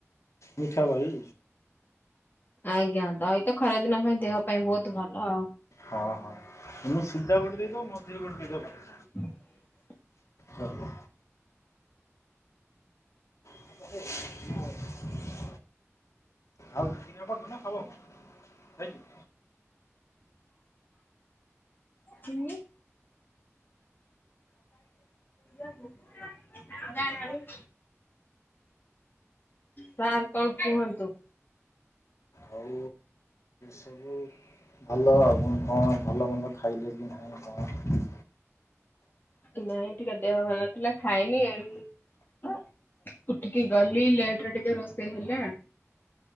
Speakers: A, on the left; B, on the left.
A: ମିଠାଦହି।
B: ଆଜ୍ଞା ତ ଏଇତ ଖରାଦିନ ପାଇଁ ଦେହ ପାଇଁ ବହୁତ ଭଲ ଆଉ।
A: ହଁ ହଁ ତମେ ସିଧା ଗୋଟେ ଦେଇଦ ମଝି ବି ଗୋଟେ ଦେଇଦ ଭ
B: <inaudible>
A: ଚାଲୁ। ନ <inaudible> ଆଉ ଦିନପ ଧୁନ ଖବ ଆଣ ଥଙ୍କୟୁ।
B: ଚିନି ଦରିଆଣି <inaudible> ସାର୍ କଣ କୁହନ୍ତୁ?
A: ଆଉ ସବୁ ଭଲ ଆଉ କଣ ଭଲ ମନ୍ଦ ଖାଇଲେ କି ନାଁହିଁ କଣ?
B: ନାଇଁ ଟିକେ ଦେହ ଭଲ ନଥିଲା ଖାଇନି <inaudible> ଉଠିକି ଗଲି ଲେଟରେ ଟିକେ ରୋଷେଇ ହେଲା।